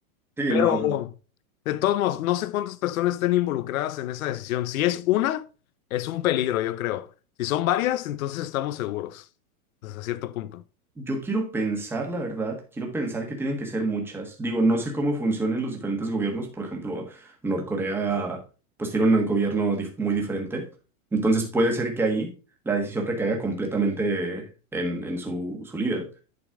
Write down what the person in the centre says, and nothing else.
Sí,
no,
yo quiero pensar, la verdad, quiero pensar que tienen que ser muchas. Digo, no sé cómo funcionan los diferentes gobiernos, por ejemplo, Norcorea, pues tiene un gobierno dif- muy diferente, entonces puede ser que ahí la decisión recaiga completamente en, en su, su líder.